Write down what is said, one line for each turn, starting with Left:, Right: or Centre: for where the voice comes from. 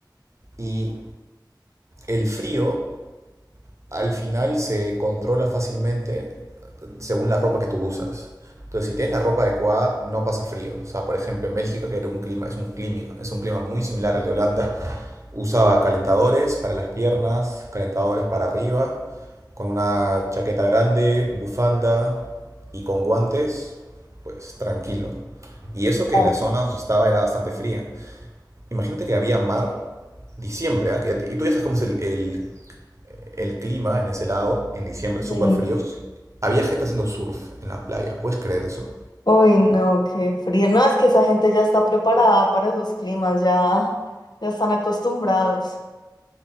Right: y el frío al final se controla fácilmente según la ropa que tú usas. Entonces, si tienes la ropa adecuada, no pasa frío. O sea, por ejemplo, en Bélgica, que era un clima, es un clima, es un clima muy similar al de Holanda, usaba calentadores para las piernas, calentadores para arriba, con una chaqueta grande, bufanda y con guantes, pues tranquilo. Y eso que
Left: claro.
Right: la zona donde estaba era bastante fría. Imagínate que había mar diciembre, ¿ah? Que ya te- y tú ya sabes cómo es el, el el clima en ese lado, en diciembre súper
Left: Sí.
Right: frío, había gente haciendo surf en la playa. ¿Puedes creer eso?
Left: Uy, no, qué frío. No, es que esa gente ya está preparada para esos climas, ya, ya están acostumbrados.